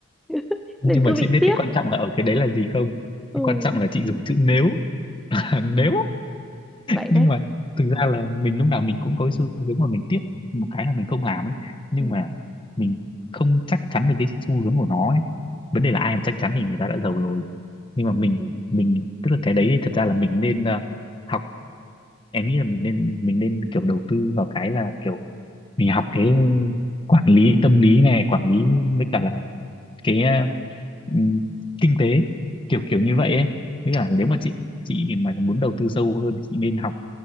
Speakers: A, in the centre; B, on the left.
A: <laughs>
B: nhưng
A: nên
B: mà
A: cứ bị
B: chị biết
A: tiếc
B: cái quan trọng là ở cái đấy là gì không
A: ừ
B: cái quan trọng là chị dùng chữ nếu <laughs> nếu
A: vậy
B: nhưng
A: đấy
B: mà thực ra là mình lúc nào mình cũng có cái xu hướng mà mình tiếc một cái là mình không làm ấy nhưng
A: ừ
B: mà mình không chắc chắn được cái xu hướng của nó ấy vấn đề là ai mà chắc chắn thì người ta đã giàu rồi nhưng mà mình
A: ừ.
B: mình tức là cái đấy thật ra là mình nên ờ, học em nghĩ là mình nên mình nên kiểu đầu tư vào cái là kiểu mình học cái quản lý tâm lý này quản lý với cả là cái ờ, ừm, kinh tế kiểu kiểu như vậy ấy với cả nếu mà chị chị mà muốn đầu tư sâu hơn thì chị nên học